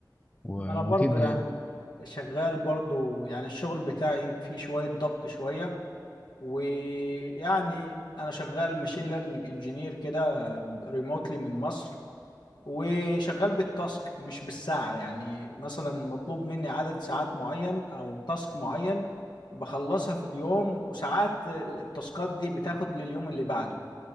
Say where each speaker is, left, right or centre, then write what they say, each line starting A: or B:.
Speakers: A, on the left; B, on the left.
A: و-
B: ما انا
A: وكده
B: برضو يعني
A: يعني
B: شغال برضو يعني الشغل بتاعي فيه شوية ضغط شوية ويعني انا شغال ماشين ليرنينج انجينير كده ريموتلي من مصر وشغال بالتاسك مش بالساعة يعني مثلا مطلوب مني عدد ساعات معين او تاسك معين بخلصها في اليوم وساعات التاسكات دي بتاخد لليوم اللي بعده